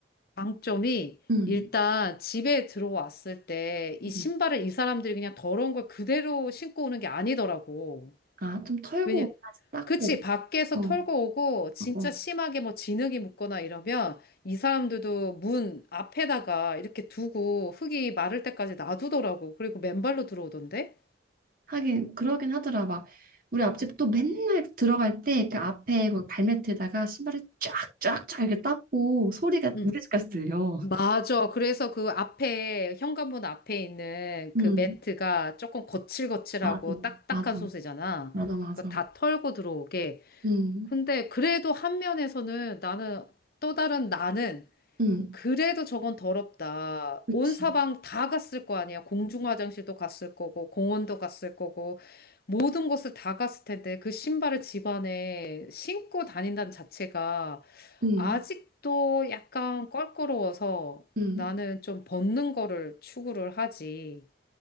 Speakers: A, on the left (about 55°); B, on the right (about 50°).
A: 장점이
B: 음,
A: 일단 집에 들어왔을 때 이 신발을
B: 음.
A: 이 사람들이 그냥 더러운 걸 그대로 신고 오는 게 아니더라고.
B: 아, 좀 털고,
A: 왜냐,
B: 다시 닦고.
A: 그치, 밖에서
B: 어, 어,
A: 털고 오고, 진짜
B: 어.
A: 심하게 뭐 진흙이 묻거나 이러면, 이 사람들도 문 앞에다가 이렇게 두고, 흙이 마를 때까지 놔두더라고. 그리고 맨발로 들어오던데?
B: 하긴 그러긴 하더라. 막 우리 앞집도 맨날 들어갈 때 그 앞에 거기 발매트에다가 신발을 쫙쫙쫙 이렇게 닦고 소리가
A: 응.
B: 우리 집까지 들려.
A: 맞아. 그래서 그 앞에, 현관문 앞에 있는
B: 음,
A: 그 매트가 조금 거칠거칠하고
B: 맞아,
A: 딱딱한
B: 맞아,
A: 소재잖아.
B: 맞아, 맞아.
A: 그거 다 털고 들어오게.
B: 음,
A: 근데 그래도 한 면에서는 나는, 또 다른 나는,
B: 음,
A: 그래도 저건 더럽다.
B: 그치.
A: 온 사방 다 갔을 거 아니야. 공중 화장실도 갔을 거고, 공원도 갔을 거고, 모든 곳을 다 갔을 텐데, 그 신발을 집안에 신고 다닌다는 자체가
B: 음,
A: 아직도 약간 껄끄러워서
B: 음.
A: 나는 좀 벗는 거를 추구를 하지.